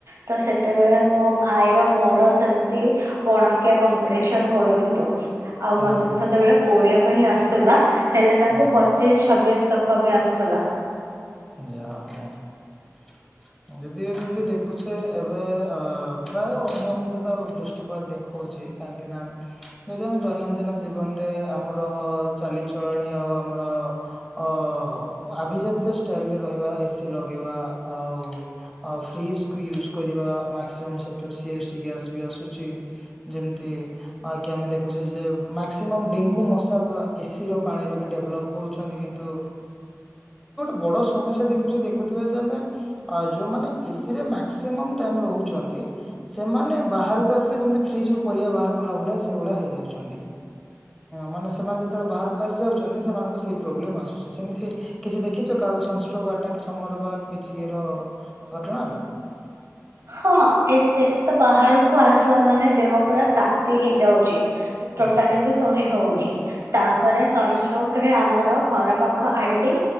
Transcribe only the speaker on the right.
ତ ସେତେବେଳେ ମୋ ଭାଇର ମୋ ସେମତି ପଣକିଆ କମ୍ପିଟିସନ କରୁଥିଲୁ। ଆଉ
ମତେ
ତ ସେତେବେଳେ କୋଡିଏ ସେଥି ପାଇଁ ଆସୁଥିଲା ହେଲେ
କୁ ପଚିଶ ଛବିଶ ତକ ବି ଆସୁଥିଲା।
ହଁ ଏଥିରେ ତ ବାହାରକୁ ଆସିଲା ମାନେ ଦେହ ପୁରା ତା ତି ହେଇଯାଉଛି।
ଟୋଟାଲ ଏବେ ଶହେ ହଉନି ତାପରେ ସନଷ୍ଟୋକ୍ ରେ ଆମର ଘର ପାଖ ଆଣ୍ଟି